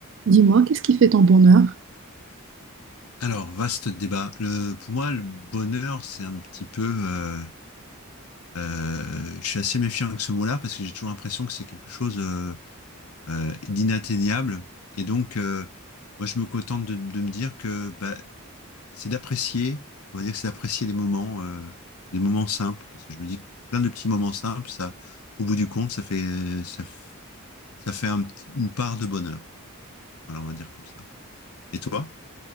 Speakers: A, on the right (about 55°); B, on the left (about 90°).
A: Dis-moi, qu'est-ce qui fait ton bonheur?
B: Alors, vaste débat. Le, pour moi, le bonheur, c'est un petit peu. euh, euh, je suis assez méfiant avec ce mot-là parce que j'ai toujours l'impression que c'est quelque chose euh, euh, d'inatteignable. Et donc, euh, moi, je me contente de, de me dire que bah, c'est d'apprécier. On va dire que c'est d'apprécier les moments, euh, les moments simples, parce que je me dis que plein de petits moments simples, ça, au bout du compte, ça fait, ça, f- ça fait un petit- une part de bonheur. Voilà, on va dire comme ça. Et toi?